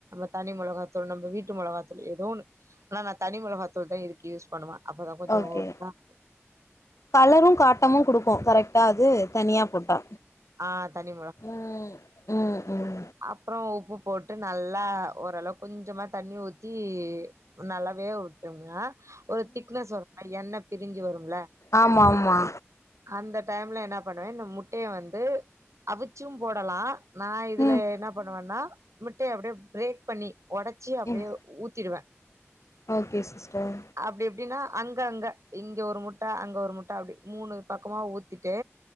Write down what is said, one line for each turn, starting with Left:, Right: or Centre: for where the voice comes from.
Right: தாளி தனி மொளகத் தூள் நம்ம வீட்டு மொளகாத்தூள் ஏதோ ஒண்ணு ஆனா நா தனி மொளகாத்தூள் தா இதுக்கு யூஸ் பண்ணுவ அப்பதா கொஞ்சோ
Left: ஓகே
Right: ஒரப்பாக்கு
Left: கலரு காட்டமு குடுக்கு கரெக்ட் ட்டாது தனியா போட்டா
Right: ஆ தனி
Left: ம் ம் ம்
Right: அப்றோ உப்பு போட்டு நல்லா ஓரளவுக் கொஞ்சமா தண்ணி ஊத்தி நல்லா வேவ விட்டோம்னா ஒரு திக்னெஸ் வரும்ல எண்ண பிரிஞ்சு வரும்ல
Left: ஆம்மாமா
Right: அந்த டைம்ல என்னா பண்ணுவே இந்த முட்டைய வந்து அவிச்சு போடலா நா இதுல
Left: ம்
Right: என்னா பண்ணுவன்னா மிட்டய அப்டியே பிரேக் பண்ணி ஒடச் சி அப்டியே
Left: ம்
Right: ஊத்திடுவே
Left: ஓகே சிஸ்டர்
Right: அப்டி எப்டின்னா அங்க அங்க இங்க ஒரு முட்ட அங்க ஒரு முட்ட அப்டி மூணு பக்கமா ஊத் திட்டு